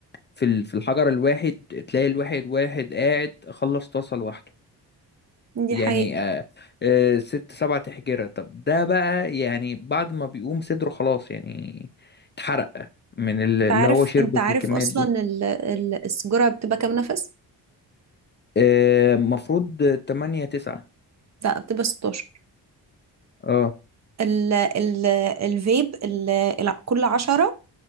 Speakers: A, on the left (about 25°); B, on the right (about 40°).
A: في ال- في الحجر الواحد تلاقي الواحد واحد قاعد خلص طاسه لوحده
B: دي
A: يعني
B: حقيقة
A: آه آه ست سبع تحجرة طب ده بقى يعني بعد ما بيقوم صدره خلاص يعني اتحرق من ال-
B: انت
A: اللي
B: عارف
A: هو شربه
B: انت عارف
A: في الكميات
B: اصلا
A: دي
B: ال- ال- السيجاره بتبقى كام نفس
A: آه، مفروض تمانية تسعة
B: لا بتبقى 16
A: اه
B: ال ال الفيب ال ال- كل 10